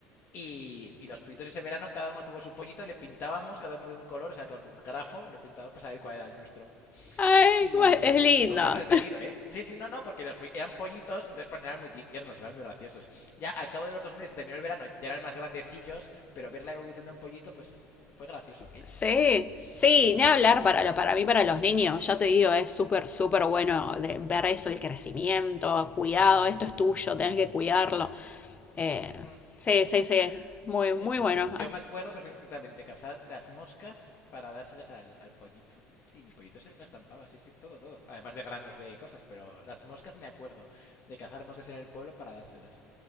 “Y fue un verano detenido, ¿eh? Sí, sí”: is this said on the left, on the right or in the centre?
Left